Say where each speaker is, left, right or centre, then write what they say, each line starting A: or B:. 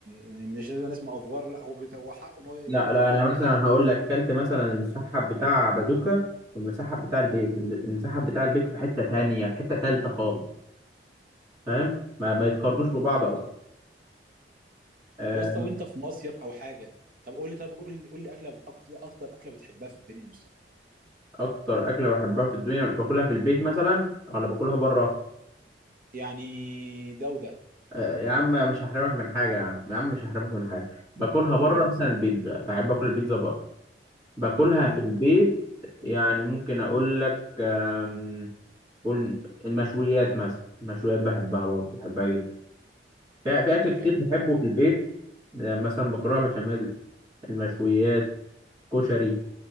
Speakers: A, on the right; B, on the right.
A: يعني مش لازم الناس مأفور لا هو بت- هو حقه ان هو يتأفور
B: لا لا انا مثلا
A: عليه فعلا
B: هقول لك كلت مثلا المسحب بتاع بازوكا والمسحب بتاع البيك
A: اه
B: المسحب بتاع البيك في حته تانية في حته تالته خالص فاهم ما, ما يتقارنوش
A: مم.
B: ببعض اصلا آه،
A: طب يا اسطى وانت في مصيف او حاجه طب قول لي طب قول لي قول لي اكله بت- أكت- اكتر اكله بتحبها في الدنيا يا مصطفى
B: اكتر اكله بحبها في الدنيا باكلها في البيت مثلا ولا باكلها بره
A: يعني ده وده
B: آه، يا عم مش هحرمك من حاجه يا عم يا عم مش هحرمك من حاجه باكلها بره
A: قول لي
B: مثلا
A: اصلا
B: البيتزا بحب اكل البيتزا بره باكلها
A: امم
B: في البيت يعني ممكن اقول لك آم، قول المشويات مثلا المشويات بحبها برضه بحبها جدا في في اكل كتير
A: جامد
B: بحبه في البيت آه، مثلا مكرونه بشاميل المشويات كشري